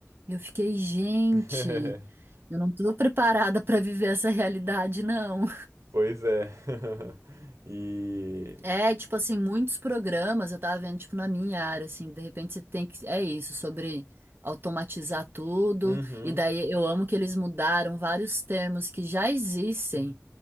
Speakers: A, on the right; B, on the right.
A: E eu fiquei, gente,
B: <laughs>
A: eu não tô preparada pra viver essa realidade, não.
B: Pois é. <laughs> E.
A: É, tipo assim, muitos programas eu tava vendo, tipo, na minha área, assim, de repente você tem que. É isso, sobre automatizar tudo.
B: Uhum.
A: E daí eu amo que eles mudaram vários termos que já existem,